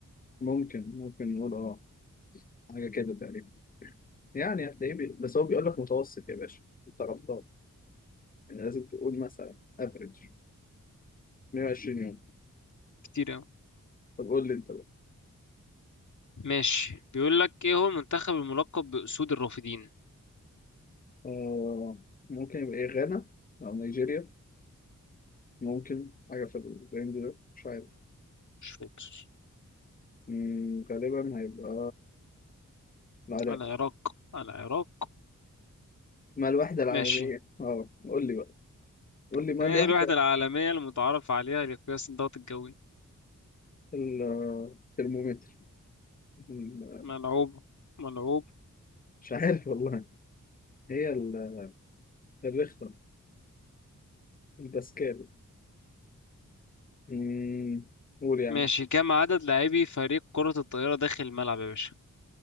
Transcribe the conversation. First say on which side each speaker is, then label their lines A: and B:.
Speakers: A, on the left; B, on the left.
A: ممكن ممكن نقول اه حاجة كده تقريبا يعني هتلاقيه بي... بس هو بيقول لك متوسط يا باشا انت غلطان يعني لازم تقول مثلا افريج 120 يوم
B: كتير أوي
A: طب قول لي انت
B: ماشي بيقول لك ايه هو المنتخب الملقب بأسود الرافدين
A: آه ممكن يبقى إيه غانا أو نيجيريا ممكن حاجة في الرينج ده مش عارف
B: مش فاكر
A: مم، غالبا هيبقى العراق
B: العراق العراق
A: ما الوحدة العالمية
B: ماشي
A: اه قول لي بقى قول
B: <laughs>
A: لي ما
B: ايه
A: الوحدة
B: الوحدة العالمية المتعارف عليها لقياس الضغط الجوي
A: ال- الترمومتر ال-
B: ملعوب ملعوب
A: مش عارف والله هي ال- الريختر الباسكال مم، قول يا
B: ماشي
A: عم
B: كم عدد لاعبي فريق كرة الطائرة داخل الملعب يا باشا